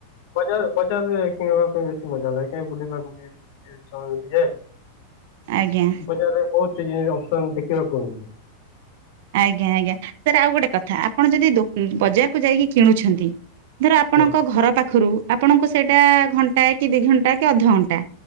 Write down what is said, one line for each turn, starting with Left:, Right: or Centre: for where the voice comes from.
Left: ବଜାର ବଜାରରେ କିଣିବା ପାଇଁ ବେଶୀ ମଜା ଲାଗେ କାହିଁ ବୁଲିବାକୁ <unintelligible> ଆଉ
Right: ଆଜ୍ଞା
Left: ବଜାରରେ ବହୁତକିଛି ଅପସନ ଦେଖିବାକୁ ମିଳେ।
Right: ଆଜ୍ଞା ଆଜ୍ଞା ସାର୍ ଆଉ ଗୋଟେ କଥା ଆପଣ ଯଦି ବଜାରକୁ ଯାଇକି କିଣୁଛନ୍ତି। ଧର ଆପଣଙ୍କ
Left: ହଁ
Right: ଘର ପାଖରୁ ଆପଣଙ୍କୁ ସେଇଟା ଘଣ୍ଟା କି ଦି ଘଣ୍ଟା କି ଅଧଘଣ୍ଟା